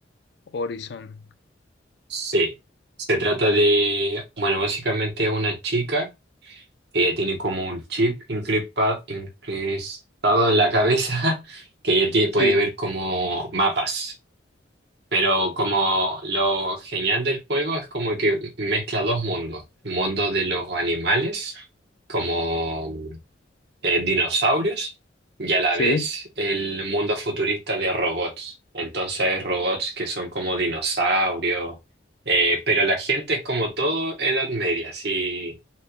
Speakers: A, on the left (about 60°); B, on the right (about 60°).
A: Horizon,
B: Sí, se trata de, bueno, básicamente una chica que ella tiene como un chip increpa- incrustado en la cabeza <laughs> que ella tie-
A: sí,
B: puede ver como mapas. Pero como lo genial del juego es como que mezcla dos mundos, mundo de los animales, como eh, dinosaurios y a la
A: sí,
B: vez el mundo futurista de robots. Entonces hay robots que son como dinosaurios, eh, pero la gente es como todo Edad Media, así